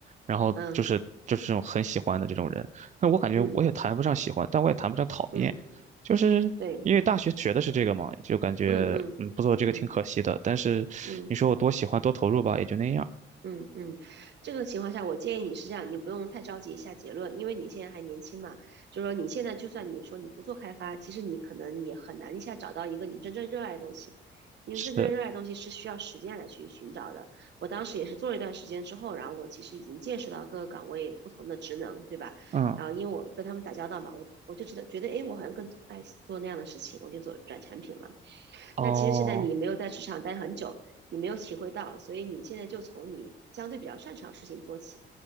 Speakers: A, on the right; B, on the right.
A: 然后就是就是这种很喜欢的这种人。
B: 嗯
A: 但我感觉我也谈不上喜欢，
B: 嗯
A: 但我也谈不上讨厌，
B: 嗯，
A: 就是因为大学学的是这个嘛，
B: 对，
A: 就感觉嗯不做这个挺可惜的。
B: 嗯嗯嗯
A: 但是你说我多喜欢多投入吧，
B: 嗯。
A: 也就那样。
B: 嗯嗯，这个情况下，我建议你是这样，你不用太着急下结论，因为你现在还年轻嘛，就是说你现在就算你说你不做开发，其实你可能也很难一下找到一个你真正热爱的东西，因为真正热爱的东西是需要时间来去寻找的。
A: 是，
B: 我当时也是做了一段时间之后，然后我其实已经见识到各个岗位不同的职能，对吧？
A: 嗯，
B: 然后因为我跟他们打交道嘛，我我就觉得觉得，诶，我好像更爱做那样的事情，我就做转产品了。
A: 哦，
B: 但其实现在你没有在职场待很久，你没有体会到，所以你现在就从你相对比较擅长的事情做起，